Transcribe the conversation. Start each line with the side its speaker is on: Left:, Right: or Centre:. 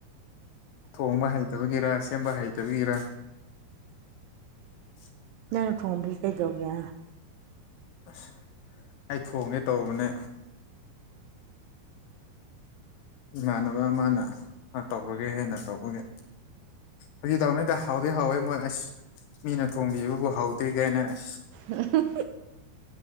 Left: ꯊꯣꯡꯕ ꯍꯩꯇꯕꯒꯤꯔ ꯁꯦꯝꯕ ꯍꯩꯇꯕꯒꯤꯔ ꯎ
Right: ꯅꯪꯅ ꯊꯣꯡꯝꯕꯕꯤ ꯀꯩꯗꯧꯒꯦ
Left: ꯑꯁ ꯑꯩ ꯊꯣꯡꯉꯦ ꯇꯧꯕꯅꯦ ꯏꯃꯥꯟꯅꯕ ꯑꯃꯅ ꯇꯧꯔꯒꯦ ꯍꯦꯟꯅ ꯇꯧꯕꯒꯦ ꯍꯧꯖꯤꯛ ꯇꯥꯎꯅꯤꯗ ꯍꯥꯎꯗꯤꯦ ꯍꯥꯎꯋꯦ ꯃꯣꯏ ꯑꯁ ꯃꯤꯅ ꯊꯣꯡꯕꯤꯕꯕꯨ ꯍꯥꯎꯗꯦ ꯀꯥꯏꯅ ꯑꯁ
Right: ꯎꯝ